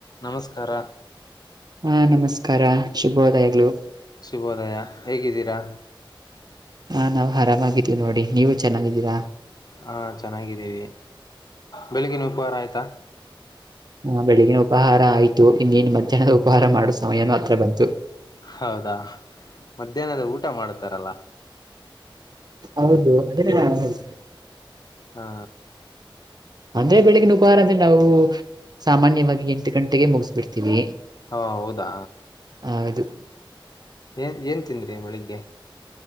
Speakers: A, on the left; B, on the right.
A: ನಮಸ್ಕಾರ
B: ಹಾ ನಮಸ್ಕಾರ ಶುಭೋದಯಗಳು
A: ಶುಭೋದಯ ಹೇಗಿದ್ದೀರಾ
B: ಹಾ ನಾವು ಆರಾಮಾಗಿದೀವಿ ನೋಡಿ ನೀವು ಚೆನ್ನಾಗಿದ್ದೀರಾ
A: ಹಾ ಚೆನ್ನಾಗಿದ್ದೀವಿ ಬೆಳಿಗಿನ ಉಪಹಾರ ಆಯ್ತಾ
B: ಹ ಬೆಳಿಗಿನ ಉಪಹಾರ ಆಯ್ತು ಇನ್ನನ್ ಮಧ್ಯಾಹ್ನದ ಉಪಹಾರ ಮಾಡೋ ಸಮಯನೂ ಹತ್ರ ಬಂತು
A: ಹೌದಾ ಮಧ್ಯಾಹ್ನದ ಊಟ ಮಾಡತಾರಲ್ಲ
B: ಹೌದು ಅದನ್ನ ನಾಬುದು
A: ಹಾ
B: ಅಂದ್ರೆ ಬೆಳಿಗ್ಗೆ ಉಪಹಾರ ಅಂದ್ರೆ ನಾವು ಸಾಮಾನ್ಯವಾಗಿ ಎಂಟು ಗಂಟೆಗೆ ಮುಗಿಸ್ಬಿಡ್ತೀವಿ
A: ಹಾ ಹೌದಾ
B: ಹೌದು
A: ಏನ್ ಏನ್ ತಿಂದ್ರಿ ಬೆಳಿಗ್ಗೆ